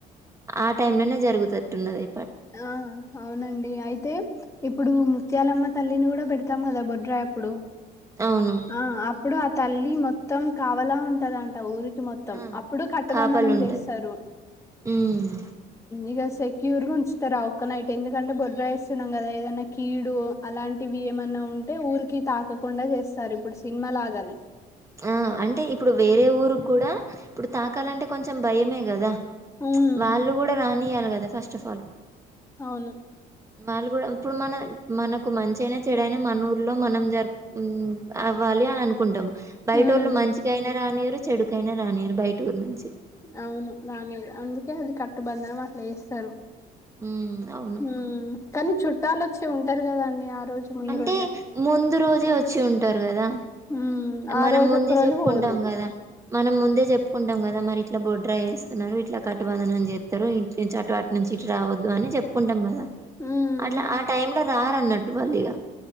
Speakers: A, on the right; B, on the left.
A: ఆ టైమ్ లోనే జరుగుతున్నట్టున్నది
B: ఆ అవునండి అయితే ఇప్ ఇప్పుడు ముత్యాలమ్మ తల్లిని కూడా పెడతాం కదా బొడ్రాయి అప్పుడు
A: అవును
B: ఆ అప్పుడు ఆ తల్లి మొ మొత్తం కావలా ఉంటదంట టైం ఊరికి మొత్తం
A: ఆ
B: అప్పుడు కట్టబంధనం
A: కాపలు ఉంటది
B: చేస్తారు
A: ఉమ్
B: ఇక శక్ క్యూర్ గు ఉంచ్ ర్ ఒక్కనైట్ ఎందుకంటే బొడ్రాయి వస్తున్నాం కదా ఏదన్నా కీడు అలాంటివి ఏమన్నా ఉంటే ఊరికి తాకకుండా చేస్తారు ఇప్పుడు సినిమా లాగానే
A: ఆ అంటే ఇప్పుడు వేరే ఊరుకి కూడా ఇప్పుడు తాకాలంటే కొంచెం భయమే కదా
B: ఉమ్
A: వాళ్ళు కూడా రానియ కద ఫస్ట్ ఆఫ్ ఆల్
B: అవును
A: వాళ్ళు కూడా ఇప్పుడు మన మనకు మంచియైన చెడైనా మన ఊర్లో మనం జరుపు అవ్వాలి అని అనుకు కుంటము బయట
B: ఉమ్
A: వాళ్ళు మంచిగా అయినారానియర్ చెడుకైననా రానియారు బయటూరు నుంచి
B: అవును రానియరు అందుకే అది కట్టుబందనం అట్లా చేస్త తరు
A: ఉమ్ అవును
B: ఉమ్ కనీ చుట్ చుట్టాలు వచ్చి ఉంటారు కదా అండి ఆ రోజు ముందు
A: అంటే
B: రోజే
A: ముందు రోజే వచ్చి ఉంటారు కదా
B: ఉమ్ ఆ
A: మనం
B: రోజు
A: ముందే
B: ఒక్క రోజు
A: చెప్పుకుంటాం
B: పోవద్దు
A: కదా మనం ముందే చెప్పుకుంటాం కదా మరి ఇట్లా బొడ్రాయి చేస్తున్నారు ఇట్లా కట్టుబంధనం చేస్తారు ఇటు నుంచి అటు అటు నుంచి ఇటు రావద్దు అని చెప్పుకుంటాం కదా
B: ఉమ్
A: అట్లా ఆ టైమ్ ల రారు అన్నట్టు వాళ్ళీగ